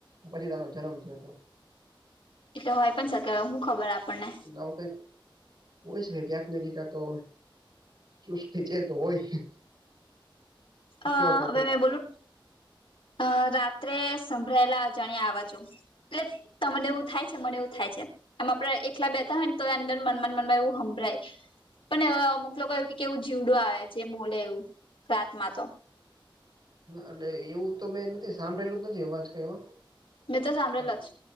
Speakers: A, on the right (about 50°); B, on the left (about 75°).
A: પછી તાનો જન્મ થયોતો
B: એટલે હોય પણ સકે હું ખબર આપણને
A: નવ કઈક હોય શકે ક્યાંક <unintelligible> તો સૃષ્ટિ છે, તો હોય
B: અ
A: કેવો ટોપિક
B: હવે મેં બોલું અ રાત્રે સંભળાયેલા અજાણ્યા આવાજો એટલે તમને એવું થાય છે, મને એવું થાય છે. એમ આપડે એકલા બેતા હોય ને તો અંદર મનમાન મનમા એવું હભળાય પણ અમુક લોકો એવુ કે કેવું જીવડું આવે જે બોલે એવું રાતમાંતો
A: એટલે એવું તો મેં નથી સાંભળેલું જ નથી અવાજ કયો
B: મેં તો સાંભળેલો
A: પણ
B: જ